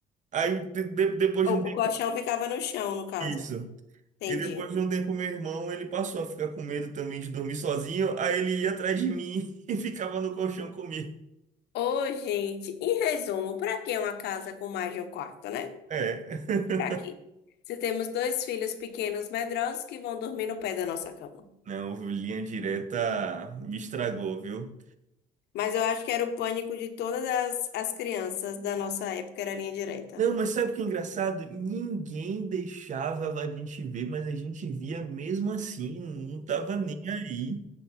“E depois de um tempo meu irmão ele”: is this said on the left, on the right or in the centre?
Right